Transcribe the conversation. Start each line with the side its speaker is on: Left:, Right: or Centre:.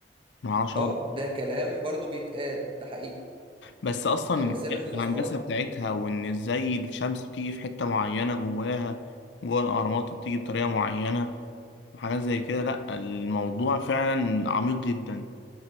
Left: معرفش أقعد.
Right: اه ده كلام برضو بيتقال ده حقيقي
Left: بس أصلا
Right: يعني ده سر من الاسرار
Left: الهندسة بتاعتها وإن إزاي الشمس بتيجي في حتة معينة جواها جوه الأهرامات وبتيجي بطريقة معينة وحاجات زي كده لأ الموضوع فعلا عميق جدا